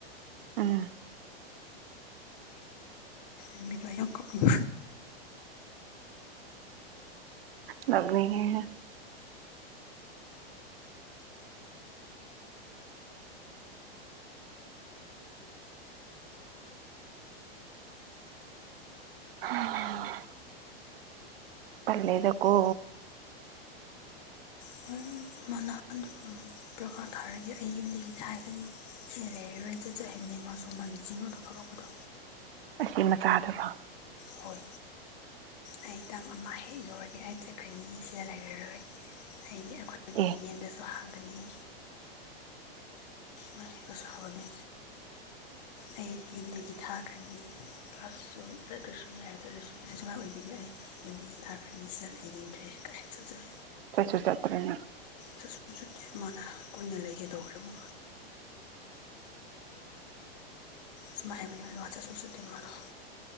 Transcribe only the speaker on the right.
ꯎꯝ
ꯅꯣꯛꯅꯤꯡꯉꯦꯍꯦ <unintelligible> ꯇꯜꯂꯦꯗꯀꯣ
ꯑꯁꯤ ꯃꯆꯥꯗꯨꯔꯣ
ꯑꯦ
ꯆꯠꯁꯨ ꯆꯠ꯭ꯇꯔꯦ ꯅꯪ